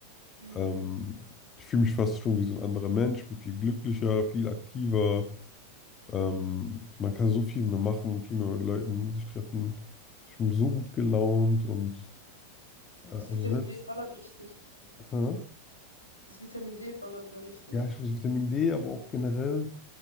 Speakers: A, on the left; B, on the left.
A: Mm,
B: Ähm, ich fühle mich fast schon wie so ein anderer Mensch, bin viel glücklicher, viel aktiver. Ähm, man kann so viel mehr machen, viel mehr mit Leuten sich treffen. Ich bin so gut gelaunt und äh,
A: Das
B: also
A: Vitamin
B: selbst
A: D ballert richtig.
B: Aha.
A: Das Vitamin D ballert da richtig.
B: Ja, ich weiß, Vitamin D, aber auch generell,